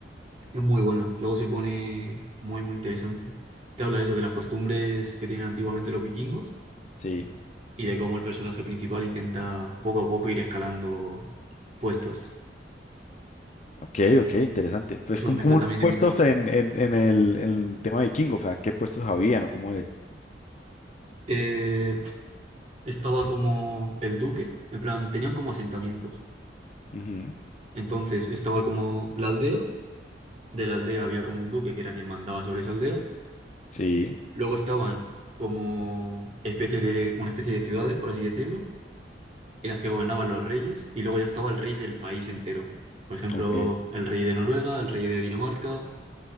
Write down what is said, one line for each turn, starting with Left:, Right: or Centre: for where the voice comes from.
Right: Es muy buena. Luego se pone muy, muy interesante. Te habla de eso, de las costumbres que tienen antiguamente los vikingos
Left: Sí.
Right: y de cómo el personaje principal intenta poco a poco ir escalando puestos.
Left: Ok, ok, interesante. Pues,
Right: Es una
Left: ¿cómo,
Right: mezcla
Left: cómo
Right: también
Left: los puestos
Right: de mí.
Left: en, en, en el, en el tema vikingo? O sea, ¿qué puestos habían o cómo es?
Right: Eh, estaba como el duque, en plan, tenían como asentamientos.
Left: Ujú,
Right: Entonces estaba como la aldea, de la aldea había como un duque que era quien mandaba sobre esa aldea.
Left: Sí,
Right: Luego estaban como especie de, una especie de ciudades, por así decirlo, en las que gobernaban los reyes, y luego ya estaba el rey del país entero. Por ejemplo,
Left: ok,
Right: el rey de Noruega, el rey de Dinamarca,